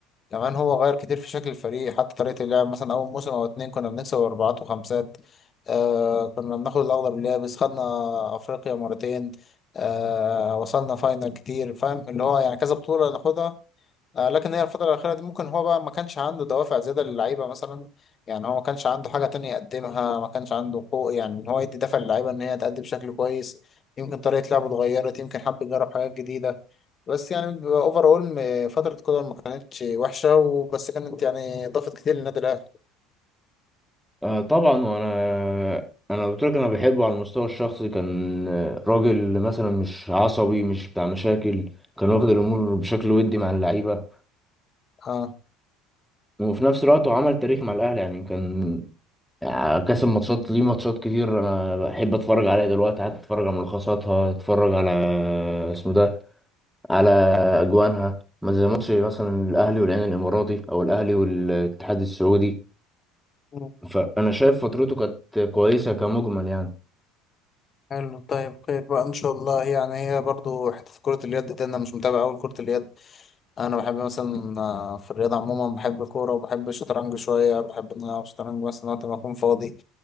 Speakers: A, on the left; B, in the centre.
A: كمان هو غير كتير في شكل الفريق حتى طريقة اللعب مثلا أول موسم أو اتنين كنا بنكسب أربعات وخمسات آه كنا بناخد الأخضر اليابس خدنا أفريقيا مرتين آه وصلنا فاينل كتير فاهم اللي هو يعني كذا بطولة ناخدها آه، لكن هي الفترة الأخيرة دي ممكن هو بقى ما كانش عنده دوافع زيادة للعيبة مثلا يعني هو ما كانش عنده حاجة تانية يقدمها ما كانش عنده حقوق يعني إن هو يدي دفع للعيبة إن هي تأدي بشكل كويس يمكن طريقة لعبه اتغيرت يمكن حب يجرب حاجات جديدة بس يعني اوفر اول فترة كولر ما كانتش وحشة وبس كانت يعني ضافت كتير للنادي الأهلي
B: آه طبعا وانا انا قلت لك انا بحبه على المستوى الشخصي كان آه، راجل مثلا مش عصبي مش بتاع مشاكل كان واخد الامور بشكل ودي مع اللعيبه
A: اه
B: وفي نفس الوقت هو عمل تاريخ مع الاهلي يعني كان آه، كسب ماتشات ليه ماتشات كتير انا بحب اتفرج عليها دلوقتي حتى اتفرج على ملخصاتها اتفرج على آه، اسمه ده على اجوانها ما زي ماتش مثلا الاهلي والعين الاماراتي او الاهلي والاتحاد السعودي
A: مم.
B: فانا شايف فترته كانت كويسه كمجمل يعني
A: حلو طيب خير بقى ان شاء الله يعني هي برضو حته كره اليد دي انا مش متابع اول كره اليد انا بحب مثلا آه، في الرياضه عموما بحب الكوره وبحب الشطرنج شويه بحب ان انا العب شطرنج مثلا وقت ما اكون فاضي